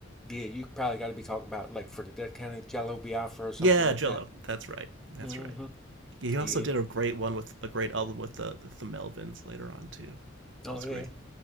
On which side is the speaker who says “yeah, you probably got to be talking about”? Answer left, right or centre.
Centre